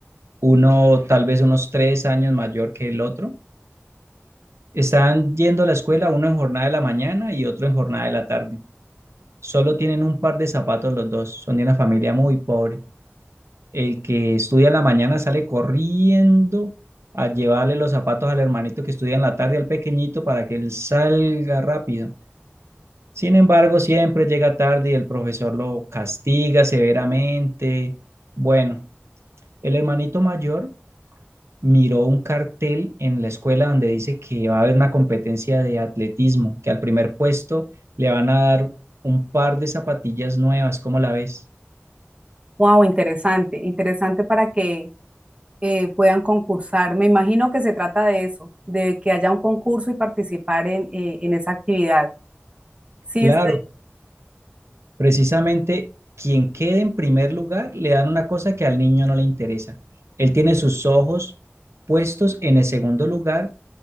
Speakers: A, on the right (about 80°); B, on the right (about 25°).
A: uno tal vez unos tres años mayor que el otro. Están yendo a la escuela, uno en jornada de la mañana y otro en jornada de la tarde. Solo tienen un par de zapatos los dos, son de una familia muy pobre. El que estudia en la mañana sale corriendo a llevarle los zapatos al hermanito que estudia en la tarde, al pequeñito, para que él salga rápido. Sin embargo, siempre llega tarde y el profesor lo castiga severamente. Bueno, el hermanito mayor miró un cartel en la escuela donde dice que va a haber una competencia de atletismo, que al primer puesto le van a dar un par de zapatillas nuevas, ¿cómo la ves?
B: Wow, interesante, interesante para que eh, puedan concursar. Me imagino que se trata de eso, de que haya un concurso y participar en, eh, en esa actividad. Sí,
A: Claro,
B: estoy.
A: precisamente quien quede en primer lugar le dan una cosa que al niño no le interesa. Él tiene sus ojos puestos en el segundo lugar,